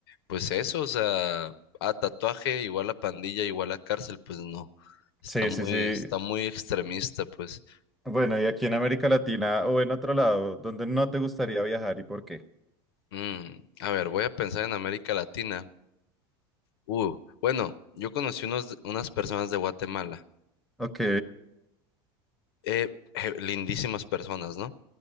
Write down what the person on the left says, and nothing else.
pues eso, o sea, a tatuaje igual a pandilla, igual a cárcel, pues no, está
muy,
está muy extremista, pues,
Mm, a ver, voy a pensar en América Latina, uh, bueno, yo conocí unos, unas personas de Guatemala,
Eh, je- lindísimas personas, ¿no?